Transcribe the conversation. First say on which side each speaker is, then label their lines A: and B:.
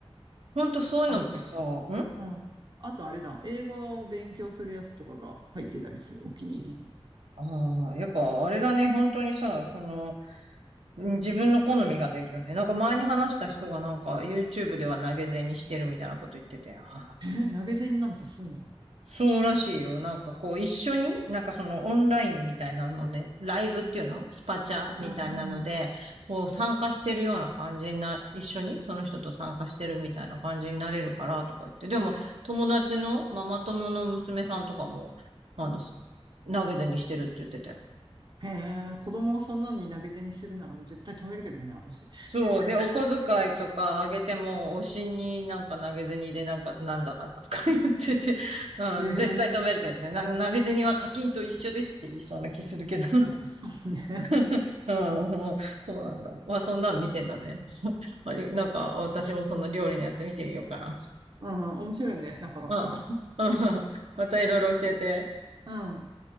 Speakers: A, on the right; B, on the right.
A: ほんとそういうのってさ、
B: あ、
A: ん
B: うん。あとあれだ、英語の勉強するやつとかが入ってたりする、お気に入りに。
A: ああー、やっぱあれだね、本当にさ、その、うん自分の好みが出るよね。なんか前に話した人がなんか YouTube では投げ銭してるみたいなこと言ってて、ああ、
B: えー投げ銭なんてすんだ。う
A: そうらしいよ。なんかこう、一緒に、なんかそのオンラインみたいなので、ライブっていうのスパチャみたいなので、
B: ーん。
A: こう参加してるような感じにな、一緒にその人と参加してるみたいな感じになれるからとか言って、でも友達のママ友の娘さんとかも、あの、投げ銭してるって言ってたよ。
B: へえ、子供がそんなに投げ銭するなら絶対止めるけどね、私。
A: そう。で、お小遣いとかあげても、推しになんか投げ銭でなんか、なんだかんだとか言ってて、<laughs> うん、
B: へえ、
A: 絶対止めるけどね。なんか投げ銭は課金と一緒ですって言いそうな気するけど。
B: そうね。
A: <laughs> うん、もうそうなんだ。まあ、そんなん見てんだね。<laughs> あれ、なんか、私もその料理のやつ見てみようか
B: うん、面白いね、なかなか。
A: な。うん。うん。<laughs> またいろいろ教えて。
B: うん。